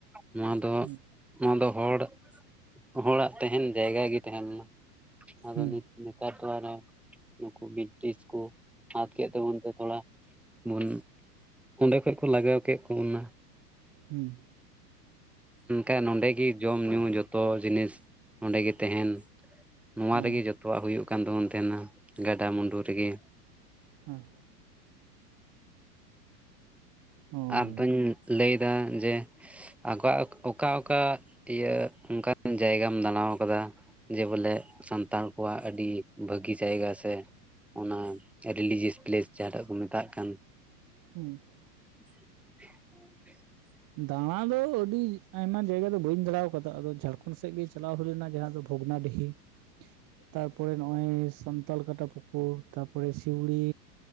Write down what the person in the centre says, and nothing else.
ᱱᱚᱣᱟ ᱫᱚ
ᱱᱚᱣᱟ ᱫᱚ ᱦᱚᱲ ᱦᱚᱲᱟᱜ ᱛᱟᱦᱮᱸᱱ ᱡᱟᱭᱜᱟ ᱜᱮ ᱛᱟᱦᱮᱸ ᱞᱮᱱᱟ ᱟᱫᱚ
ᱱᱮ ᱱᱮᱛᱟᱨ ᱠᱚᱲᱟ ᱫᱚ <unintelligible> ᱱᱩᱠᱩ ᱵᱨᱤᱴᱤᱥ ᱠᱚ ᱦᱟᱛ ᱠᱮᱫ ᱛᱟᱵᱚᱱ ᱛᱮᱼᱼ <unintelligible> ᱚᱸᱰᱮ ᱠᱷᱚᱡ ᱠᱚ ᱞᱟᱜᱟᱣ ᱠᱮᱫ <unintelligible>
ᱢᱮᱱᱠᱟᱡ ᱱᱚᱸᱰᱮᱜᱤ ᱡᱚᱢ ᱧᱩ ᱡᱷᱚᱛᱚ ᱡᱤᱱᱤᱥ ᱱᱚᱸᱰᱮ ᱜᱮ ᱛᱟᱦᱮᱸᱱ ᱱᱚᱣᱟ
ᱨᱮᱜᱮ ᱡᱚᱛᱚᱣᱟᱜ ᱦᱩᱭᱩᱜ ᱠᱟᱱ ᱛᱟᱵᱚᱱ ᱛᱟᱦᱮᱸᱱᱟ ᱜᱟᱰᱟᱼᱢᱩᱰᱩ ᱨᱤᱜᱤ᱾
ᱟᱫᱚᱧ ᱞᱟᱹᱭᱫᱟ ᱡᱮ, ᱟᱠᱚᱣᱟᱜ ᱚᱠᱟ ᱚᱠᱟ ᱤᱭᱟᱹ ᱚᱱᱠᱟᱱ ᱡᱟᱭᱜᱟᱢ ᱫᱟᱸᱬᱟ ᱟᱠᱟᱫᱟ ᱡᱮ ᱵᱚᱞᱮ ᱥᱟᱱᱛᱟᱲ ᱠᱚᱣᱟᱜ ᱟᱹᱰᱤ ᱵᱷᱟᱹᱜᱤ ᱡᱟᱭᱜᱟ ᱥᱮᱼᱼ ᱚᱱᱟ ᱨᱤᱞᱤᱡᱮᱥ ᱯᱞᱮᱥ ᱡᱟᱦᱟᱸᱴᱟᱜ ᱠᱚ ᱢᱮᱛᱟᱜ ᱠᱟᱱ
<inaudible>